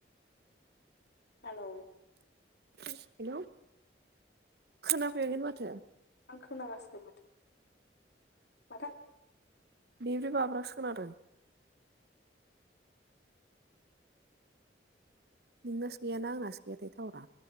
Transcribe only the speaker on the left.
हेलौ
आं खोनागासिनो माथो माथो आं